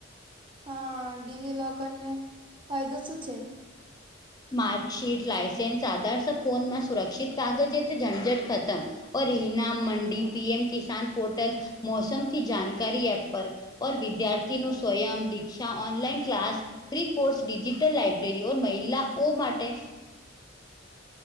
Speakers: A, on the right (about 25°); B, on the left (about 20°).
A: હા ડીજીલોકર ને ફાયદો શું છે?
B: માર્કશીટ લાઈસન્સ આધાર સ ફોનમાં સુરક્ષિત રાખો તો તે ઝંઝટ ખતમ ઓર ઇનામ મંડી પીએમ કીસાન પોર્ટલ મોસમથી જાાનકારી એપ પર ઓર વિદ્યાર્થી નુ Swayam Diksha online class free course digital library ઓ મહિલાઓ માટે